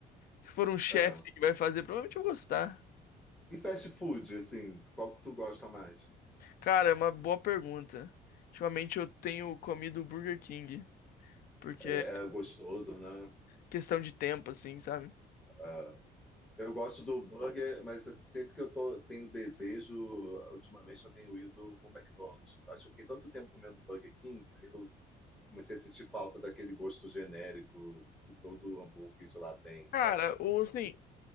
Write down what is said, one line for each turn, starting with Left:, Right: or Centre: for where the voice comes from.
Left: Se for um chefe
Centre: é.
Left: que vai fazer, provavelmente eu vou gostar.
Centre: E fast food, assim, qual que tu gosta mais?
Left: Cara, é uma boa pergunta. Ultimamente eu tenho comido Burger King, porque
Centre: É
Left: é
Centre: gostoso, né?
Left: questão de tempo, assim, sabe?
Centre: É. Eu gosto do burger, mas assim, sempre que eu tô, tenho desejo, ultimamente eu tenho ido pro McDonald's. Acho que eu fiquei tanto tempo comendo Burger King que eu comecei a sentir falta daquele gosto genérico que todo hambúrguer de lá tem,
Left: Cara,
Centre: sabe?
Left: ou assim,